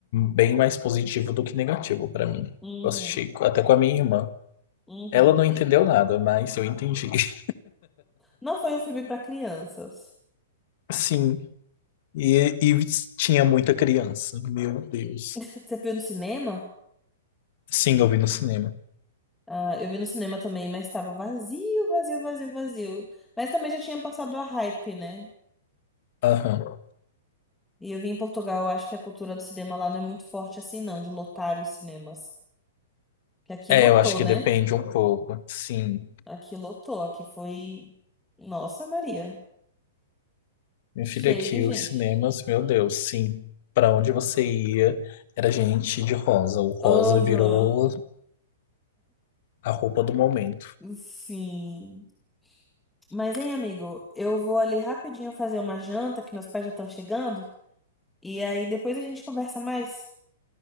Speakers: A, on the left; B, in the centre.
A: bem mais positivo do que negativo pra mim.
B: Uhum,
A: Eu assisti co- até com a minha irmã.
B: uhum.
A: Ela não entendeu nada, mas eu entendi. <laughs>
B: Não foi um filme pra crianças.
A: Sim, e, e tinha muita criança. Meu Deus.
B: <laughs> Você viu no cinema?
A: Sim, eu vi no cinema.
B: Ah, eu vi no cinema também, mas tava vazio, vazio, vazio, vazio. Mas também já tinha passado a hype, né?
A: Aham.
B: E eu vim em Portugal, eu acho que a cultura do cinema lá não é muito forte assim, não, de lotar os cinemas. Que aqui
A: É,
B: lotou,
A: eu acho que
B: né?
A: depende um pouco. Sim.
B: Aqui lotou, aqui foi. Nossa, Maria.
A: Meu
B: Cheio
A: filho, aqui
B: de gente.
A: os cinemas, meu Deus, sim. Pra onde você ia, era gente de rosa. O rosa
B: Aham.
A: virou a roupa do momento.
B: Sim. Mas, hein, amigo, eu vou ali rapidinho fazer uma janta, que meus pais já estão chegando. E aí depois a gente conversa mais.